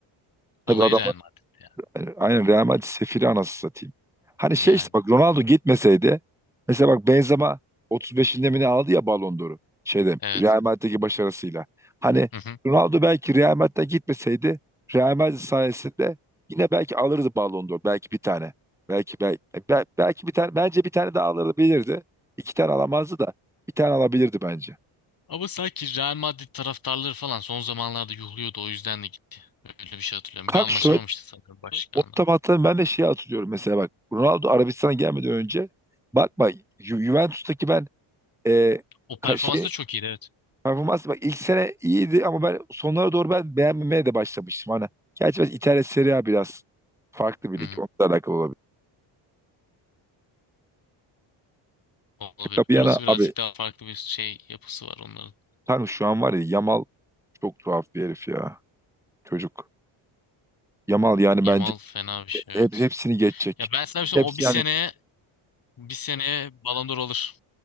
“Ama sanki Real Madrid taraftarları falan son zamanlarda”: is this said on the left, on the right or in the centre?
Left